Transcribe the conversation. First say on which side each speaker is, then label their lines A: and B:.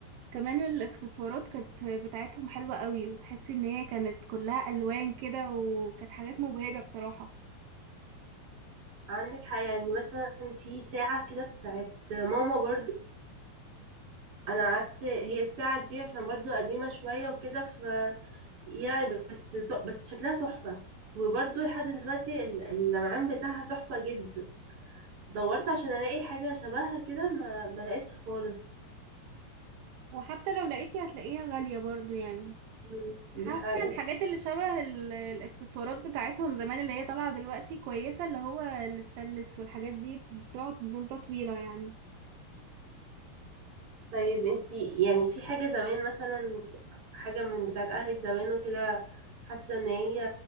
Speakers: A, on the right; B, on the right.
A: كمان الاكسسوارات كانت بتاعتهم حلوه قوي وتحسي ان هي كانت كلها الوان كده وكانت حاجات مبهجه بصراحه
B: عندك حاجة يعني مثلا في ساعة كده بتاعت ماما برضو أنا قعدت هي الساعة دي عشان برضو قديمة شوية وكده ف يعني بس بس شكلها تحفة وبرضو لحد دلوقتي ال- اللمعان بتاعها تحفة جدا دورت عشان ألاقي حاجة شبهها كده ما ما لقيتش خالص
A: وحتى لو لقيتي هتلاقيها غاليه برضو يعني
B: مم. دي
A: حاسه
B: حقيقة
A: الحاجات اللي شبه ال- الاكسسوارات بتاعتهم زمان اللي هي طالعه دلوقتي كويسه اللي هو الستانلس والحاجات دي بتقعد مده طويله يعني
B: طيب انتي يعني في حاجة زمان مثلا حاجة من بتاعت أهلك زمان وكده حاسة ان هي